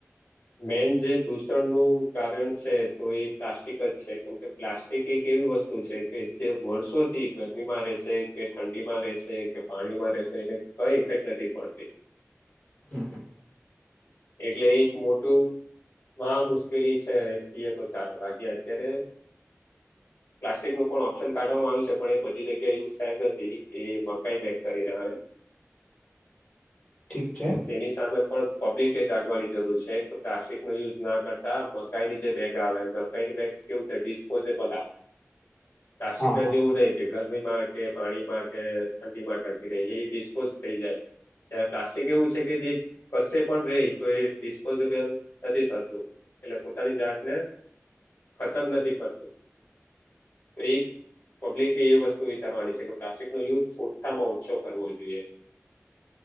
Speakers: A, on the left; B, on the left.
A: મેન જે દૂષણનું કારણ છે તો એ પ્લાસ્ટિક જ છે, કેમકે પ્લાસ્ટ એ કઈ એક એવી વસ્તુ છે. કે જે વર્ષોથી ગરમી માં રહેશે કે ઠંડી માં રહેશે કે પાણીમાં રહેશે એને કઈ ઇફેક્ટ નથી પહતી.
B: હમ હમ
A: એટલે એક મોટું માં મુશ્કેલી છે એમ કએ તો ચાલે બાકી અત્યારે પ્લાસ્ટિક નું પણ ઓપ્શન કાઢવામાં આવ્યું છે પણ એ બધી જગ્યા યુઝ સામ નથી એ મકાઈ પેક કરીને આવે
B: ઠીક છે
A: તેની સામે પણ પબ્લિકે જાગવાની જરૂર છે કે પ્લાસ્ટિક નો યુઝ ના કરતા મકાઈની જે બેગ આવે બેગ કેવું છે ડિસ્પોઝેબલ આવે પ્લાસ્ટિક
B: હા
A: ના
B: હા
A: જેવું લે કે ગરમીમાં કે પાણીમાં કે ઠંડી માં ટકી રહે એ બિસ્ફોસ થઈ જાય ત્યારે પ્લાસ્ટિક એવું છે કે જે કશે પણ રહી તો એ ડિસ્પોઝેબલ નથી થતું. એટલે પોતાની જાત ને ખતમ નથી કરતું. તો એક પબ્લિક એ વસ્તુ વિચારવાની છે કે પ્. લાસ્ટિક નો યુઝ ઓછામાં ઓછો કરવો જોઈએ